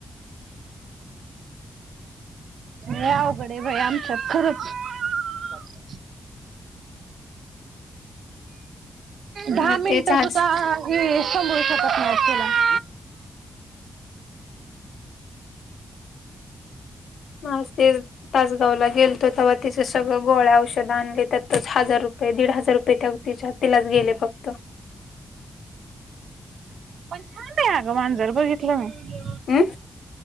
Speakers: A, on the right; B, on the left.
A: लै अवघड हाय बया आमच्यात खरंच. <inaudible> दहा
B: मग
A: मिनटं
B: तेच आज
A: सुद्धा. कुणी सांभाळू शकत नायतं त्यला.
B: मस्त <unintelligible> तासगावला गेलतो तेव्हािं सगळं गोळ्या औषधं आणले त्यातच हजार रुपये दीड हजार रुपये त्या खीशात. तिलाच गेले फक्त.
A: पण छान हाय ग मांजर बघितलं मी.
B: हम्म